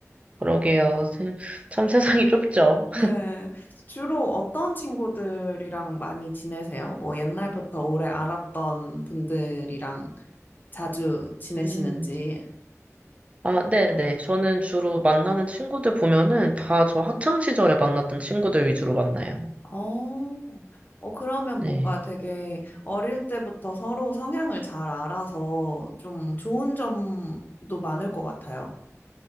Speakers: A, on the right; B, on the left.
A: 그러게요. 세- 참 세상이 좁죠.
B: <laughs> 네. 주로 어떤 친구들이랑 많이 지내세요? 뭐 옛날부터 오래 알았던 분들이랑 자주 지내시는지.
A: 음. 아, 네네. 저는 주로 만나는 친구들 보면은 다 저 학창 시절에 만났던 친구들 위주로 만나요.
B: 어, 어, 그러면
A: 네.
B: 뭔가 되게 어릴 때부터 서로 성향을 잘 알아서 좀 좋은 점도 많을 것 같아요.